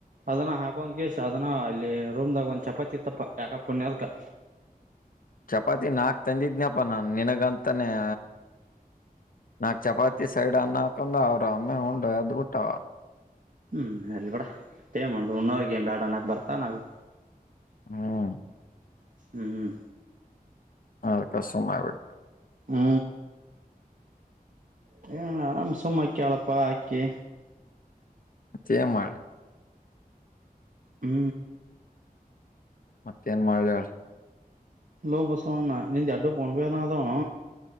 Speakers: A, on the right; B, on the left.
A: ಅದನ್ನ ಹಾಕೊಂದಗೀಸ್ ಅದನ್ನ ಅಲ್ಲಿ ರೂಮದಾಗ ಒಂದ್ ಚಪಾತಿ ಇತ್ತಪ್ಪ ಯಾಕ ಪುಣ್ಯದಕ.
B: ಚಪಾತಿ ನಾಲ್ಕು ತಂದಿದ್ನಪ್ಪ ನಾನು ನಿನಗಂತಾನೇನೇ ನಾಲ್ಕು ಚಪಾತಿ ಸೈಡ್ ಅನ್ನ ಹಾಕೊಂಡ ಅವ್ರ ಒಮ್ಮೆ ಉಂಡು ಎದಬಿಟ್ಟವ.
A: ಹು ಇರ್ಲಿ ಬಿಡ ಮತ್ತೇ ಮಾಡುದು ಉಣ್ಣವರಿಗೆ ಬ್ಯಾಡ ಅಣ್ಣಾಕ ಬರ್ತಾ ನಾವ.
B: ಹೂಊಊ
A: ಪ್ಚ್ ಹು ಹು
B: ಅದಕ್ಕೆ ಸುಮ್ಮನಾಗಬಿಟ್ಟೆ ನಾ
A: ಹು ಹು ಆರಾಮ್ ಸುಮ್ಮ ಅಕ್ಕಿಯಲ್ಪ ಅಕ್ಕಿ
B: ಮತ್ತೇ ಏನ್ ಮಾಡ್ಲಿ
A: ಹು
B: ಮತ್ತೇನ್ ಮಾಡ್ಲಿ ಹೇಳ
A: ಲೋ ಬಸವ್ಣ ನಿಂದ ಯಷ್ಟು ಫೋನ್ಪೇನ ಅದಾವನ